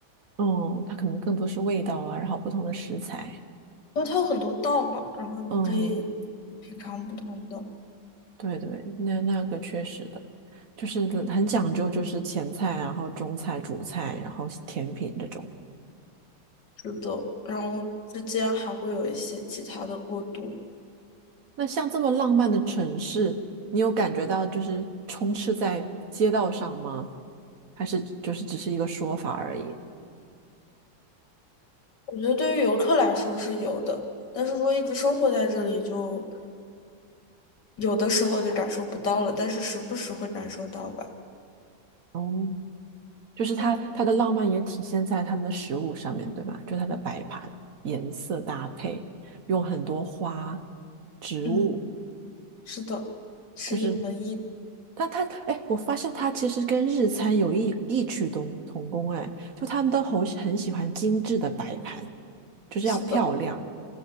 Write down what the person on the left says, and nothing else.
因为它有很多道嘛，然后你可以
品尝不同的。
嗯，
是的，然后之间还会有一些其他的过渡，
我觉得对于游客来说是有的，但是说一直生活在这里就。有的时候就感受不到了，但是时不时会感受到吧。
嗯
嗯，是的，是一门艺，
是的，